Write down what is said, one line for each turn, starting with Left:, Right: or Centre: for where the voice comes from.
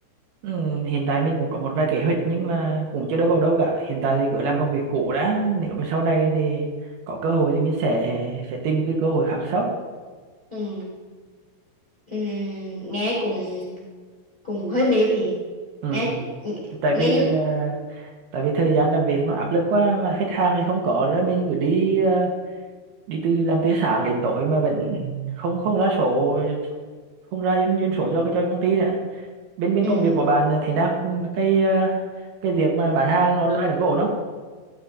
Right: Ừ, hiện tại mình cũng có một vài kế hoạch nhưng mà cũng chưa đâu vào đâu cả. Hiện tại thì cứ làm công việc cũ đã. Nếu mà sau này thì có cơ hội thì mình sẽ sẽ tìm cái cơ hội khác sau.
Left: Ừ. Ừ, nghe cũng cũng hơi mệt thì
Right: Ừ.
Left: nghe
Right: Tại vì
Left: nghe như
Right: à, tại vì thời gian làm việc nó áp lực quá mà khách hàng thì không có nữa mình cứ đi à, đi từ làm từ sáng đến tối mà vẫn không không ra số không ra doanh doanh số cho cái cho công ty nữa. Bên bên
Left: ừ.
Right: công việc của bạn thế nào? Ừ, Cái à, cái việc mà bán hàng online đó có ổn không?